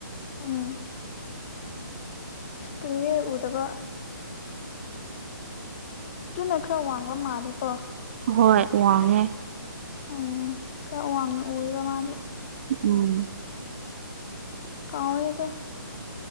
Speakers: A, on the left; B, on the right.
A: ꯎꯝ ꯀꯨꯢꯔꯦ ꯎꯨꯗꯕ ꯑꯗꯨꯅ ꯈꯔ ꯋꯥꯡꯕ ꯃꯥꯂꯦꯀꯣ
B: ꯍꯣꯏ ꯋꯥꯡꯉꯦ
A: ꯎꯝ ꯈꯔ ꯋꯥꯡꯅ ꯎꯨꯢꯋꯦꯕ ꯃꯥꯗꯤ
B: ꯎꯝ
A: ꯀꯥꯎꯔꯦ ꯑꯗꯣ